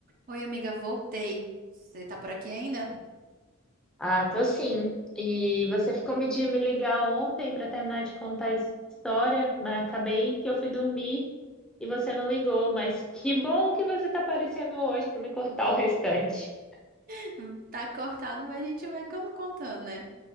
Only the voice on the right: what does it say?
Oi, amiga, voltei. Você tá por aqui ainda?
<laughs> Tá cortado, mas a gente vai con- contando, né?